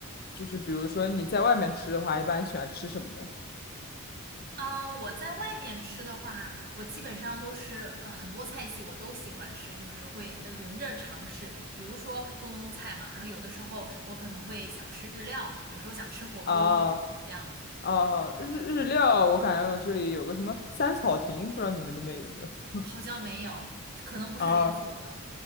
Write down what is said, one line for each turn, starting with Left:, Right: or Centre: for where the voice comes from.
Left: 就是，比如说你在外面吃的话，一般喜欢吃什么呢？
Right: 啊，我在外面吃的话，我基本上都是呃很多菜系我都喜欢吃，就是会呃轮着尝试。比如说中东菜嘛，然后有的时候我可能会想吃日料，有时候想吃火锅，
Left: 啊
Right: 这样子。
Left: 啊，日日料，我感觉我这里有个什么三草亭，不知道你们那边有没有？
Right: 好像没有，可能不是连锁的。
Left: 啊